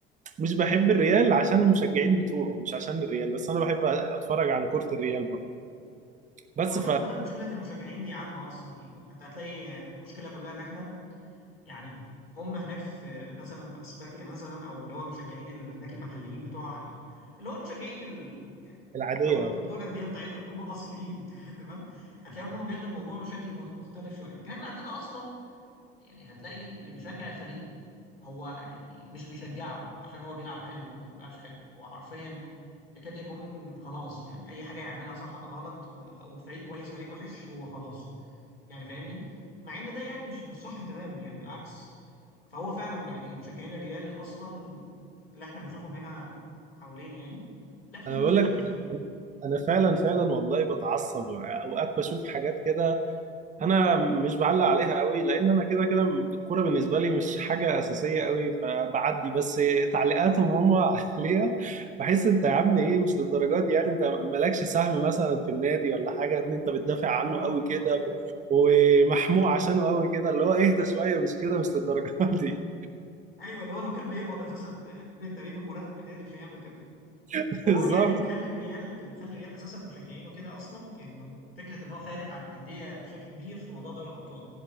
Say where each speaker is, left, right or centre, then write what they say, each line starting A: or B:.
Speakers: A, on the right (about 25°); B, on the left (about 80°).
A: مش بحب الريال عشان المشجعين بتوعه مش عشان الريال بس انا بحب اتفرج على كرة الريال برضه
B: وانت
A: بس
B: لو خدت بالك مشكله المشجعين دي عامه اصلا يعني يعني انت هتلاقي المشكله كلها ان احنا يعني هم هناك في مثلا في اسبانيا مثلا او اللي هو مشجعين ال- هناك المحليين بتوع يعني اللي هو المشجعين ال... يعني
A: فالعادية
B: اللي هو بت- بتوع الانديه بتاعتهم اللي هم الاصليين <laughs> تمام هتلاقيهم ان هم بياخدوا الموضوع بشكل مت- مختلف شويه لكن احنا عندنا اصلا يعني هتلاقي اللي بيشجع الفريق هو يعني مش بيشجعه عشان هو بيلعب حلو ولا ما بيلعبش حلو هو حرفيا يكاد يكون خلاص يعني اي حاجه يعملها صح أو غلط آه، او فريق كويس فريق وحش هو خلاص يعني فاهمني مع ان ده يعني مش مش صح تماما يعني بالعكس فهو فعلا يعني مشجعين الريال اصلا اللي احنا بنشوفهم هنا حوالينا يعني لا في
A: انا
B: مشاكل
A: بقول لك
B: كتير
A: انا فعلا فعلا والله بتعصب اوقات بشوف حاجات كده انا مش بعلق عليها قوي لان انا كده كده الكوره بالنسبه لي مش حاجه اساسيه قوي فبعدي بس تعليقاتهم هم <laughs> عليها بحس انت يا عم ايه مش للدرجات دي يعني انت مالكش سهم مثلا في النادي ولا حاجه ان انت بتدافع عنه
B: بالضبط
A: قوي كده
B: <laughs>
A: ومحموق عشانه قوي كده اللي هو اهدى شويه مش كده مش للدرجات دي
B: ايوه اللي هو لو كان بيقبض اساسا <laughs> تقريبا مرتب النادي مش هيعمل كده
A: <laughs>
B: وعموما
A: بالظبط
B: يعني اللي مخلي الريال اللي مخلي الريال اساسا مشجعينه كده اصلا انه فكره ان هو فارق عن الانديه بشكل كبير في موضوع دوري الابطال